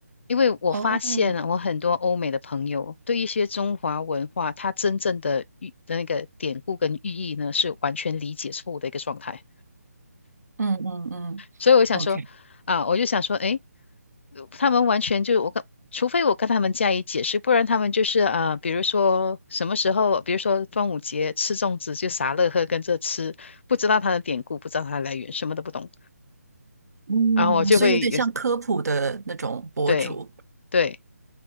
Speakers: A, on the left; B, on the right.
A: 因为我发现啊我很多欧美的朋友对一些中华文化它真正的寓的那个典故跟寓意呢，
B: 哦，
A: 是完全理解错误的一个状态。
B: 嗯嗯嗯，OK，
A: 所以我想说，啊，我就想说，诶，他们完全就我跟，除非我跟他们加以解释，不然他们就是啊，比如说什么时候，比如说端午节吃粽子就傻乐呵跟着吃，不知道它的典故，不知道它的来源，什么都不懂，
B: 嗯，
A: 然后我就
B: 所以有点像科普的那种博主，
A: <laughs> 会有，对对，